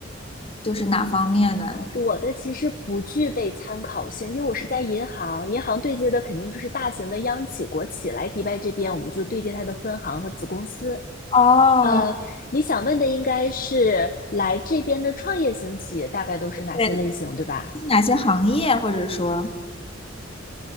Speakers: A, on the left; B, on the left.
A: 就是哪方面的？
B: 我的其实不具备参考性，因为我是在银行，银行对接的肯定就是大型的央企、国企来迪拜这边，我们就对接它的分行和子公司。
A: 哦，
B: 呃，你想问的应该是来这边的创业型企业大概都是哪些类型，
A: 对，
B: 对吧？
A: 是哪些行业，或者说，